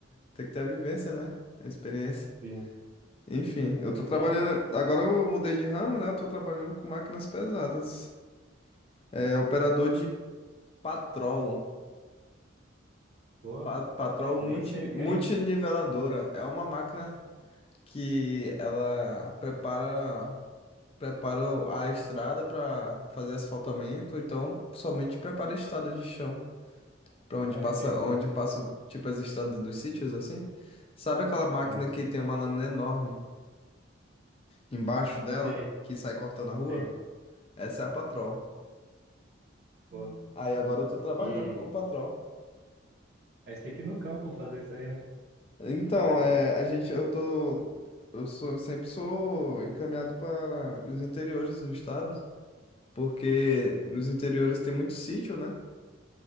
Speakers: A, on the left; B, on the right.
A: tem que ter a vivência, né? A experiência.
B: Sim.
A: Enfim, eu tô trabalhando.
B: Dá,
A: Agora eu mudei de ramo, né? Eu tô trabalhando com máquinas pesadas. É operador de patrol.
B: pô,
A: Pa- patrol
B: nem
A: multi,
B: sei o
A: multiniveladora.
B: que é isso.
A: É uma máquina que ela prepara, prepara a estrada para fazer asfaltamento, ou então somente prepara a estrada de chão, para onde
B: Ah,
A: passa,
B: entendi.
A: onde passa tipo as estradas dos sítios assim. Sabe aquela máquina
B: Sim.
A: que tem uma lâmina enorme embaixo dela
B: Sei,
A: que sai cortando a rua?
B: sei,
A: Essa é a patrol.
B: pô.
A: Aí agora eu tô trabalhando
B: E
A: como patrão.
B: aí você tem que ir no campo fazer isso aí, né?
A: Então,
B: Você vai no...
A: é, a gente, eu tô, eu sou, sempre sou encaminhado para os interiores do estado, porque nos interiores tem muito sítio, né?